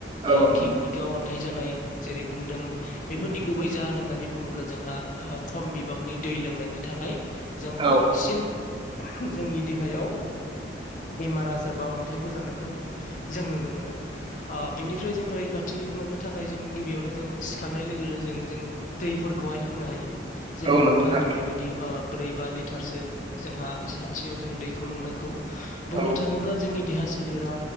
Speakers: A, on the left; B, on the right.
A: आ
B: औ नंगौ
A: खिगनिक अनथाय जानाय जेरै बुंदों बेफोरनि गुबै जाहोन होननानै बुङोब्ला जोंहा खम बिबांनि दै लोंनायनि थाखाय जों
B: औ
A: बांसिन जोंनि देहायाव बेमार आजार बा अन्थाइफोर जानायखौ जों नुनो मोनो ओ बेनिफ्राय जोङो रैखा थि मोननो थाखाय जों गिबियावनो जों सिखारनाय लोगो लो जों जों दैफोरखौहाय लोंनो हायो। जेरै
B: औ
A: नोंथाङा
B: नंगौ नोंथां
A: होननाय बायदि ओ ब्रै बा लिटारसो जोंहा सानसेयाव जों दैखौ लोंनांगौ बुंनो
B: औ
A: थाङोब्ला जोंनि देहा सोलेरा